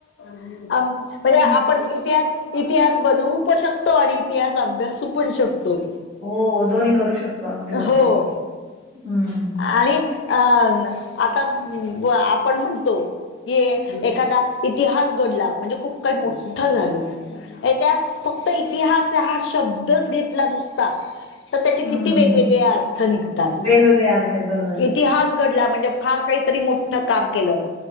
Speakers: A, on the left; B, on the right.
A: अ म्हणजे
B: नाही का
A: पण इतिहास- इतिहास बनवू प शकतो आणि इतिहास अभ्यासू पण शकतो.
B: हो दोन्ही करू शकतो अगदी बरोबर,
A: हो
B: हम्म.
A: आणि अ आता आपण म्हणतो क एखादा इतिहास घडला म्हणजे खूप काही मोठं झाल. ये त्या फक्त इतिहास हा शब्द च घेतला नुसता तर त्याचे
B: हम्म
A: किती
B: हम्म.
A: वेगवेगळे
B: हम्म.
A: अर्थ निघतात.
B: वेगवेगळे अर्थ आहे बरोबर आहे
A: इतिहास घडला म्हणजे फार काहीतरी मोठ काम केल